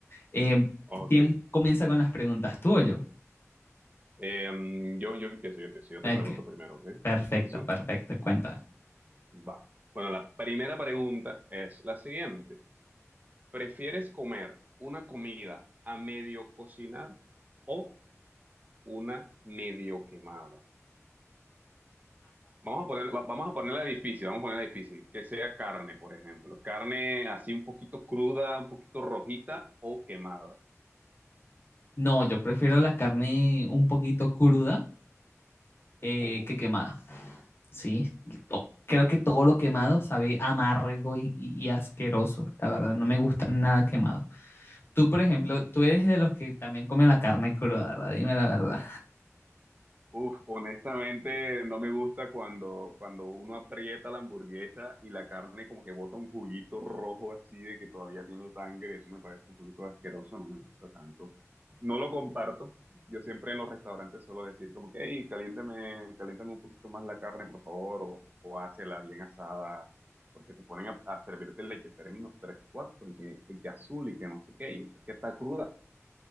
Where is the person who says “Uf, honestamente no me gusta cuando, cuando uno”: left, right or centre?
Right